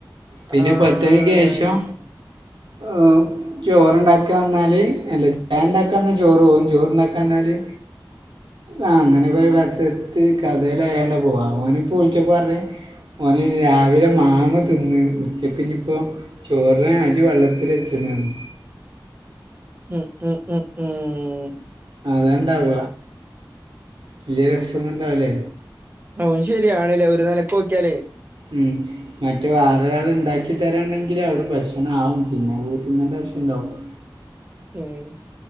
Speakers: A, on the right; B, on the right.
A: പിന്നെ
B: ആഹ്
A: പത്തണിക്ക് ശേഷം ഓം ചോറുണ്ടാക്കാന്നാല് അല്ല ചായണ്ടാക്കാന്നാ ചോറ് പോകും ചോറുണ്ടാക്കാന്നാല് ആ അങ്ങനെക്കെ ഒരു രസത്ത് കഥേൽ അയാണ്ട പോവാ ഓനിപ്പൊളിച്ചപ്പോ പറഞ്ഞ് ഓനൊരു രാവിലെ മാങ്ങ തിന്ന് ഉച്ചക്കിനിപ്പോം ചോർന് അരി വെള്ളത്തില് വെച്ചിന് ന്ന്
B: ഉം ഉം ഉം ഉം
A: അതണ്ടാവ വല്യ രസൊന്നും ഇണ്ടാവൂലേ
B: അഉം ശരിയാണ് ലേ ഒരു നിലക്ക് നോക്ക്യാലേ
A: ഉം മറ്റ് വേറൊരാള് ഉണ്ടാക്കി തരാണ്ടെങ്കില് അവിടെ ഭക്ഷണം ആവും പിന്നെ പോയി തിന്നണ്ട ആവശ്യേ ഇണ്ടാവുള്ളു
B: ഉം